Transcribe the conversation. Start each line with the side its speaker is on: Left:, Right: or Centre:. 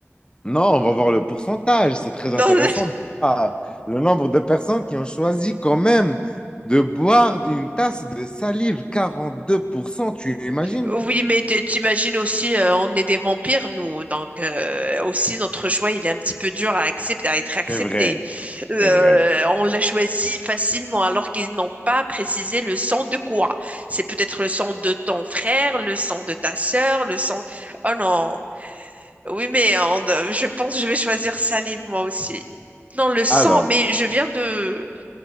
Left: Non, on va voir le pourcentage. C'est très
Right: Non,
Left: intéressant.
Right: <laughs>
Left: Ah, le nombre de personnes qui ont choisi quand même de boire une tasse de salive, 42%. tu imagines?
Right: Oui, mais t- t'imagines aussi, euh, on est des vampires, nous. Donc, euh, aussi, notre choix, il est un petit peu dur à accepter, à être accepté.
Left: C'est vrai,
Right: Euh,
Left: c'est vrai.
Right: on l'a choisi facilement, alors qu'ils n'ont pas précisé le sang de quoi. C'est peut-être le sang de ton frère, le sang de ta sœur, le sang... Oh non. Oui, mais on- euh, je pense que je vais choisir salive, moi aussi. Non, le sang,
Left: Alors,
Right: mais je viens de,